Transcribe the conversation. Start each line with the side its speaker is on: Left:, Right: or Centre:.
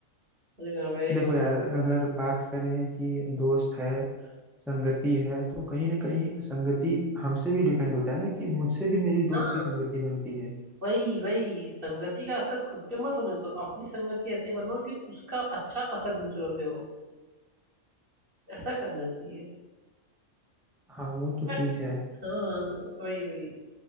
Right: मैंने कहा वेरी
Centre: देखो
Right: गुड
Centre: यार अगर बात करें कि दोस्त है संगति है तो कहीं ना कहीं संगति हमसे भी डिपेंड होता है ना कि मुझसे भी मेरी दोस्त
Right: हाँ
Centre: की संगति बनती है
Right: वही वही संगति का असर खुद पे मत होने दो अपनी संगति ऐसी बनाओ कि उसका अच्छा असर दूसरों पे हो ऐसा करना चाहिए
Centre: हाँ वो तो
Right: बट
Centre: चीज है
Right: हाँ वही वही